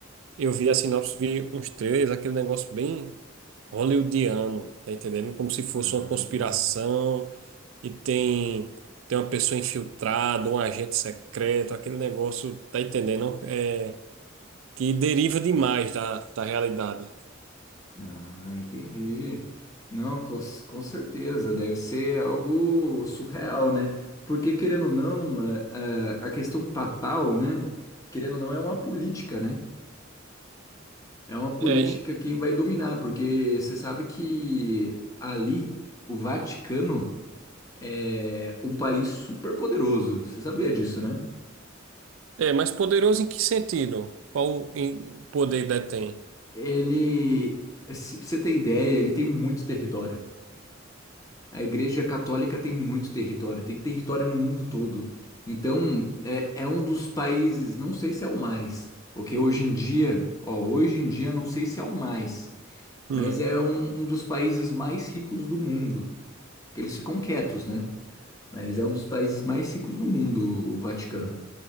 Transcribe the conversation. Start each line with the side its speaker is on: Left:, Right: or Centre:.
Right: eu vi a sinopse, vi uns trailers, aquele negócio bem hollywoodiano, tá entendendo? Como se fosse
Left: Ah,
Right: uma conspiração. e tem, tem uma pessoa infiltrada, um agente secreto, aquele negócio, tá entendendo? É, que deriva demais da, da realidade.
Left: ah, entendi. Não, com, com certeza, deve ser algo surreal, né? Porque, querendo ou não, a, a a questão papal, né? Querendo ou não, é uma política, né? É uma política
Right: É, em-
Left: quem vai dominar, porque você sabe que ali o Vaticano é um país super poderoso. Você sabia disso, né?
Right: é, mas poderoso em que sentido? Qual em- o poder detém?
Left: Ele, se- pra você ter ideia, ele tem muito território. A Igreja Católica tem muito território, tem território no mundo todo. Então, é, é um dos países, não sei se é o mais, porque hoje em dia, ó, hoje em dia não sei se é o mais,
Right: Hum,
Left: mas é um, um dos países mais ricos do mundo, que eles ficam quietos, né? Mas é um dos países mais ricos do mundo, o Vaticano,